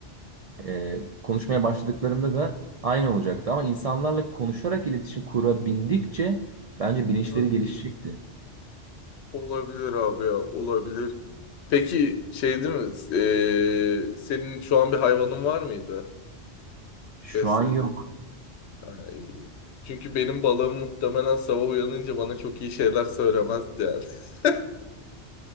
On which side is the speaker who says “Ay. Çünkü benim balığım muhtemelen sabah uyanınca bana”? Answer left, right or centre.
Left